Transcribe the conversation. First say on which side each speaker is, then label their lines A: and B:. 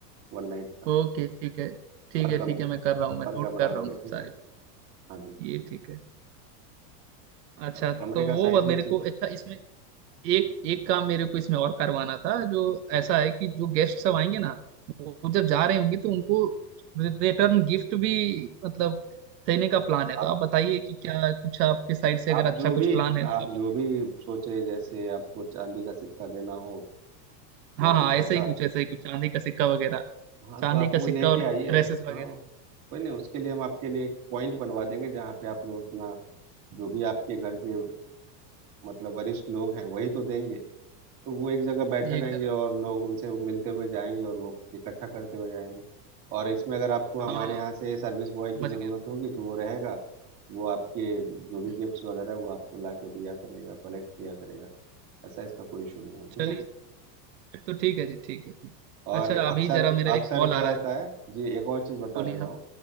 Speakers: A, on the right (about 40°); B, on the right (about 75°).
A: वन नाइट का
B: ओके ठीक है ठीक
A: पर
B: है
A: कम
B: ठीक है मैं कर रहा हूँ मैं
A: पर
B: नोट
A: कमरा
B: कर
A: हो
B: रहा
A: गया
B: हूँ
A: ठीक
B: सारी
A: है
B: बात
A: हाँ जी
B: ये ठीक है अच्छा
A: और कमरे
B: तो
A: का
B: वो
A: साइज भी
B: मेरे
A: ठीक
B: को
A: है
B: अच्छा इसमें एक एक काम मेरे को इसमें और करवाना था जो ऐसा है कि जो गेस्ट सब आएंगे ना वो वो जब जा रहे होंगे तो उनको रिटर्न गिफ्ट भी मतलब देने का प्लान है
A: आप
B: तो आप बताइए कि क्या कुछ आपके साइड से अगर
A: आप
B: अच्छा
A: जो
B: कुछ
A: भी
B: प्लान है तो
A: आप
B: आप बताइए
A: जो भी सोचे जैसे आपको चांदी का सिक्का देना हो
B: हाँ
A: या
B: हाँ
A: कुछ ऐसा
B: ऐसा ही कुछ ऐसा ही कुछ चांदी का सिक्का वगैरह
A: हाँ
B: चांदी
A: तो आप
B: का
A: वो
B: सिक्का
A: लेके
B: और
A: आइए
B: ड्रेसेस वगैरह
A: हाँ कोई नहीं उसके लिए हम आपके लिए एक पॉइंट बनवा देंगे जहाँ पे आप लोग अपना जो भी आपके घर के मतलब वरिष्ठ लोग हैं वही तो देंगे तो वो एक जगह बैठे
B: ये
A: रहेंगे
B: एकदम
A: और लोग उनसे मिलते हुए जाएंगे और वो इकट्ठा करते हुए जाएंगे और इसमें अगर आपको
B: हाँ
A: हमारे यहाँ से सर्विस बॉय
B: समझ
A: की ज़रूरत
B: गया
A: होगी तो वो रहेगा वो आपके जो भी
B: हम्म,
A: गिफ्ट्स वगैरह वो आपको ला के दिया करेगा कलेक्ट किया करेगा ऐसा इसका कोई इशू नहीं है
B: चलिए
A: ठीक है
B: फिर तो ठीक है जी ठीक है ठीक
A: और
B: अच्छा
A: अक्सर
B: अभी जरा मेरा
A: अक्सर
B: एक कॉल
A: क्या
B: आ
A: होता
B: रहा है
A: है जी एक और चीज बता
B: बोलिए
A: दे
B: हाँ
A: रहा हूँ